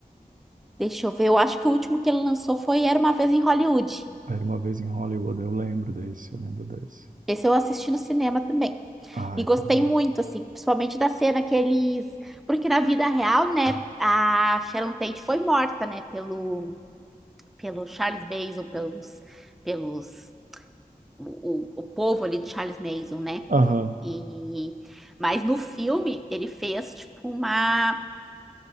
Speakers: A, in the centre; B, on the right.
A: Deixa eu ver, eu acho que o último que ele lançou foi Era Uma Vez em Hollywood.
B: Era uma vez em Hollywood, eu lembro desse, eu lembro desse.
A: Esse eu assisti no cinema também.
B: Ai,
A: E gostei
B: tão bom.
A: muito, assim, principalmente da cena que eles. Porque na vida real, né, a Sharon Tate foi morta, né, pelo, pelo Charles Manson, pelos, pelos o, o, o povo ali de Charles Manson, né?
B: Aham,
A: E, mas no filme ele fez tipo uma,